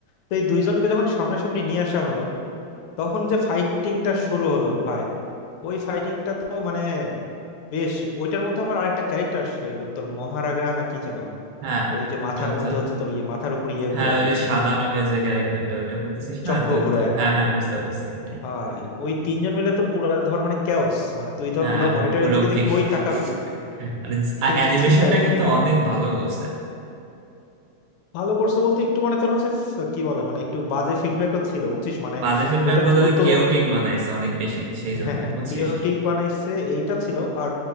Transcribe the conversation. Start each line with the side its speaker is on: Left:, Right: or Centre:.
Left: তো এই দুইজনকে যখন সামনাসামনি নিয়ে আসা হলো তখন যে ফাইটিংটা শুরু হলো ভাই ওই ফাইটিংটা তো মানে বেশ ওইটার মধ্যে আবার আরেকটা ক্যারেক্টার আসছিল ওই যে তোর মহারাগা না কি যেন
Right: হ্যাঁ
Left: ওই যে মাথার
Right: ওটা হচ্ছে
Left: মধ্যে হচ্ছে তোর ইয়ে মাথার উপর ইয়ে
Right: হ্যাঁ
Left: ঘোরায়
Right: ওই
Left: আর
Right: যে
Left: কি
Right: সাদা রঙের যে ক্যারেক্টারটা ওইটা বলতেছিস
Left: চক্র
Right: না দৈত্য
Left: ঘোরায় আর
Right: হ্যাঁ
Left: কি
Right: হ্যাঁ বুঝতে পারছি এটাই
Left: ভাই ওই তিনজন মিলে তো পুরা ধর মানে ক্যাওস মানে তুই ধর
Right: হ্যাঁ
Left: পুরো মনিটরের
Right: পুরো
Left: দিকে যে
Right: ভেঙে
Left: কই
Right: <laughs>
Left: তাকাবি
Right: মানে
Left: এটা
Right: অ্যানিমেশনটা
Left: চিন্তায় পড়তে
Right: কিন্তু
Left: হয়
Right: অনেক ভালো করছে
Left: ভালো করছে বলতে একটু মানে তোর হচ্ছে ফ- কি বলে মানে একটু বাজে ফিডব্যাকও ছিল বুঝছিস মানে
Right: বাজে ফিডব্যাক
Left: ওটা
Right: বলে
Left: দ্রুত
Right: ওই কেওটিক বানাইছে অনেক বেশি সেই জন্য
Left: হ্যাঁ হ্যাঁ
Right: বুঝছিস
Left: কেওটিক বানাইছে এইটা ছিল আর